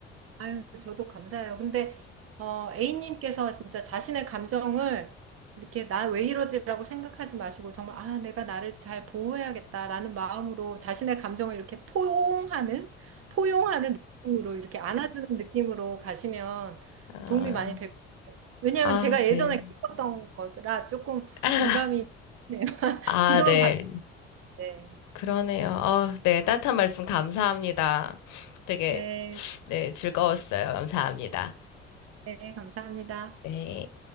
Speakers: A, on the right (about 45°); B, on the left (about 60°).
A: 아유, 저도 감사해요. 근데, 어, A님께서 진짜 자신의 감정을 이렇게 나 왜 이러지라고 생각하지 마시고, 정말, 아, 내가 나를 잘 보호해야겠다라는 마음으로 자신의 감정을 이렇게 포용하는, 포용하는 느낌으로, 이렇게 안아주는 느낌으로 가시면
B: 아,
A: 도움이 많이 될 것 같아요. 왜냐하면
B: 아,
A: 제가
B: 네.
A: 예전에 겪었던 거라 조금
B: <laughs>
A: 공감이, 되네요. <laughs>
B: 아,
A: 지금은
B: 네.
A: 바뀌었네.
B: 그러네요. 어, 네. 따뜻한 말씀 감사합니다. 되게,
A: 네,
B: 네, 즐거웠어요. 감사합니다.
A: 네, 감사합니다.
B: 네.